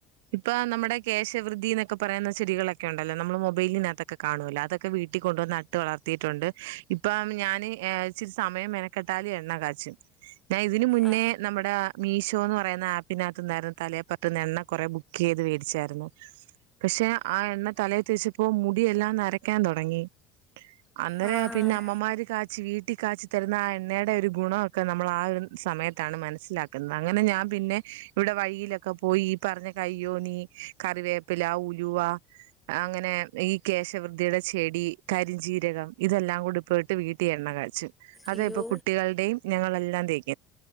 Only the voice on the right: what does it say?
പ്പൊ നമ്മുടെ കേശവൃദ്ധി എന്നൊക്കെ പറയുന്ന ചെടികളൊക്കെ ഉണ്ടല്ലോ നമ്മള് മൊബൈലിനതക് കാണല്ലോ അതൊക്കെ വീട്ടിൽ കൊണ്ടുവന്ന് നട്ട് വളർത്തിയിട്ടുണ്ട് ഇപ്പം ഞാൻ ഇച്ചിരി സമയം കട്ടാലും എണ്ണ കാച്ചും ഞാൻ ഇതിന മുന്നേ
നമ്മുടെ മീഷോ എന്ന് പറയുന്ന ആപ്പിനകത്ത്ന്നായിരുന്നു തലേപ്പറട്ട്ന്ന എണ്ണ കൊറെ ബുക് കീത് മേടിച്ചായിരുന്നു പക്ഷെ ആ എണ്ണ തലയി തേച്ച് പ്പൊ മുടിയെല്ലാം നരക്കാൻ തുടങ്ങി അന്നേര
പിന്നെ അമ്മമാര് കാ ച്ച് വീട്ടി കാച്ചു തരുന്ന ആ എണ്ണയുടെ ഒരു ഗുണഒക്കെ നമ്മൾ ആ ഒരു സമയത്താണ് മനസ്സിലാക് അങ്ങനെ ഞാൻ പിന്നെ ഇവടെ വഴിയിലൊക്കെ പോയി ഈ പറഞ്ഞ കയ്യോനി, കറിവേപ്പില, ഉലുവ അങ്ങനെ ഈ കേശവൃതിയുടെ ചെടി, കരിഞ്ജീരകം ഇതെല്ലാം കൂടിപ്പെട്ട് വീട്ടിൽ എണ്ണ കാച്ചും അത
ഇപ്പൊ കുട്ടികളുടെയും ഞങ്ങളെല്ലാം തേക്കും